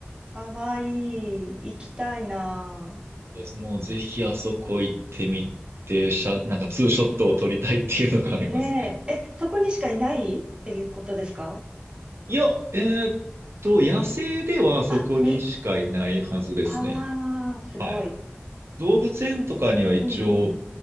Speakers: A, on the right; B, on the right.
A: かわいい。行きたいな。
B: そうです。もうぜひあそこ行ってみて、写なんかツーショットを撮りたいっていうのがありますね。
A: ねえ。え、そこにしかいないっていうことですか
B: いや、えーっと、野生ではそこにしかいないはずですね。
A: あ、み、ああ、すごい。
B: はい。動物園とかには一応、
A: うん